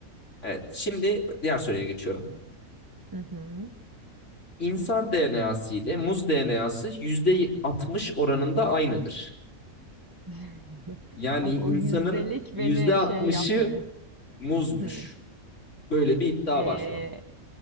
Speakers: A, on the left (about 60°); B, on the right (about 20°).
A: Evet şimdi diğer soruya geçiyorum.
B: Hı hı.
A: İnsan DNA'sı ile muz DNA'sı %60 oranında aynıdır.
B: <laughs>
A: Yani
B: Bak
A: insanın
B: o yüzdelik
A: %60'ı
B: beni şey yaptı biraz.
A: muzmuş.
B: Hı.
A: Böyle bir iddia
B: Ee,
A: var şu an.